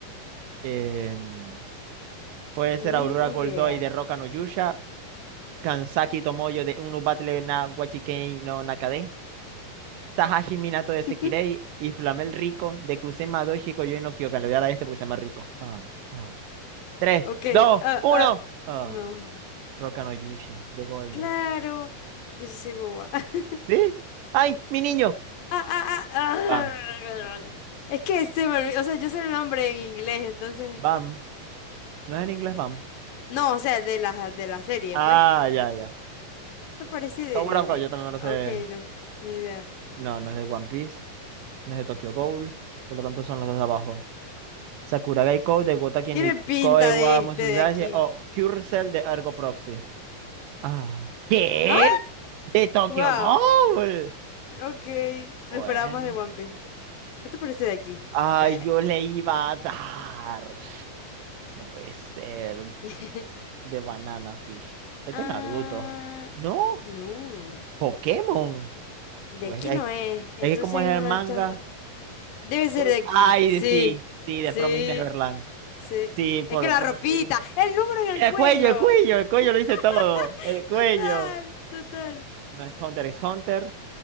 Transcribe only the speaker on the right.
Em, Puede ser
Aurora Goldoi
de Roka no Yusha, Kansaki Tomoyo de Unu Battle na Wachikei no Nakade, Tahashi Minato de Sekirei
y Flamel Rico de Kusema Doshi Koyoi no Kyokan. Le voy a dar a este porque se llama Rico. Ah, no. tres
dos
uno
Ah,
Roka no Yusha de Goldo.
¿Sí? ¡Ay, mi niño!
Bam,
bam. No es en inglés bam.
Ah,
ya, ya.
Tower
of
God, yo también me lo
sé.
No, no es de One Piece, no es de Tokyo Ghoul, por lo tanto son los dos de abajo. Sakurai Kou de Gotaki
ni
Koe
wa
Musuzashi
o Hyrsel de Ergo Proxy. Ah. ¿Qué?
¿De Tokyo
Ghoul?
Bueno.
Ay,
yo le iba a dar. No puede ser.
De Banana Fish. Esto
es Naruto. No,
Pokémon.
Pues
es,
es que como es el
manga.
voy-
Ay,
sí, sí, de
Promise Neverland.
Sí,
por,
por
el dibujo.
El
cuello, el cuello, el cuello
lo hice todo. El cuello.
No es Hunter x Hunter,